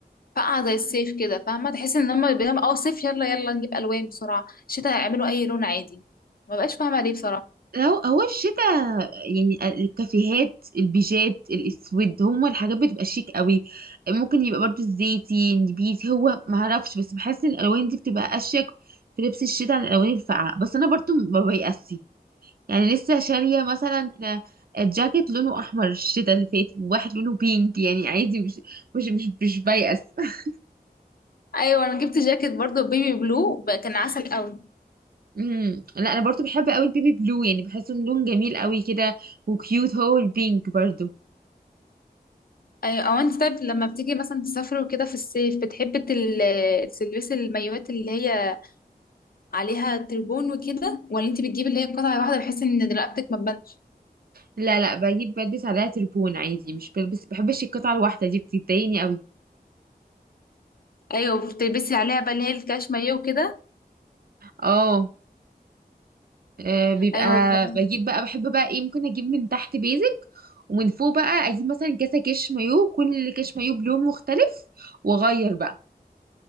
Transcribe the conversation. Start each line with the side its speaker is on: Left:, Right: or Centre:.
Left: فاقعه زي الصيف كده فاهمه تحس ان هم بيعملوا اه صيف يلا يلا نجيب الوان بسرعه شتاء يعملوا اي لون عادي ما بقاش فاهمه ليه بصراحه
Right: هو هو الشتاء يعني آه، الكافيهات البيجات الاسود هما الحاجات بتبقى شيك قوي ممكن يبقى برضو الزيتي النبيتي هو ما اعرفش بس بحس ان الالوان دي بتبقى اشيك في لبس الشتاء عن الالوان الفاقعه بس انا برضو ما بيأسي يعني لسه شاريه مثلا آه، جاكيت لونه احمر الشتاء اللي فات وواحد لونه بينك يعني عادي مش مش مش, مش بيأس <laughs>
Left: ايوه انا جبت جاكيت برضو بيبي بلو ب- كان عسل قوي
Right: امم لا انا برضو بحب قوي البيبي بلو يعني بحسه إنه لون جميل قوي كده وكيوت هو البينك برضو
Left: ايوه او انت طيب لما بتيجي مثلا تسافر وكده في الصيف بتحبي تل- تلبسي المايوهات اللي هي عليها تربون وكده ولا انت بتجيبي اللي هي قطعه واحده بحيث ان رقبتك ما تبانش
Right: لا لا بجيب بلبس عليها تربون عادي مش بلبس بحبش القطعة الواحدة دي بتضايقني قوي
Left: ايوه بتلبسي عليها بقى اللي هي الكاش مايو وكده
Right: اه آه، بيبقى
Left: ايوه ما-
Right: بجيب بقى بحب بقى ايه ممكن اجيب من تحت بيزك ومن فوق بقى اجيب مثلا كاسة كش مايو كل كش مايو بلون مختلف واغير بقى